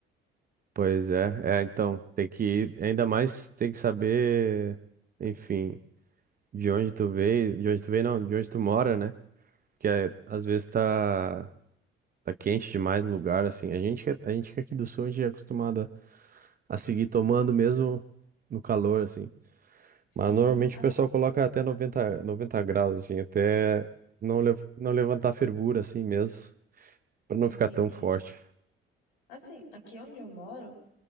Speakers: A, on the right; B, on the left.
A: pois é. É, então, tem que, ainda mais tem que saber, enfim, de onde tu veio, de onde tu veio, não, de onde tu mora, né? Que é, às vezes tá, tá quente demais no lugar, assim. A gente, que- é, a gente que é aqui do sul, a gente é acostumado a seguir tomando mesmo no calor, assim.
B: Sim,
A: Mas normalmente
B: a-
A: o pessoal coloca até noventa noventa graus, assim, até não, lev- não levantar a fervura, assim mesmo, pra não
B: entendi.
A: ficar tão forte.
B: Assim, aqui onde eu moro